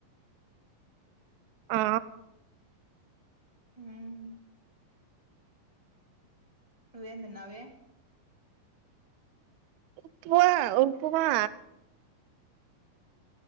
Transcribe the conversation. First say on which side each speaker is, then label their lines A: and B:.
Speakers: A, on the right; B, on the right.
A: ఆ
B: మ్మ్ నువ్వు ఏమి తిన్నావే
A: ఉప్మా ఉప్మా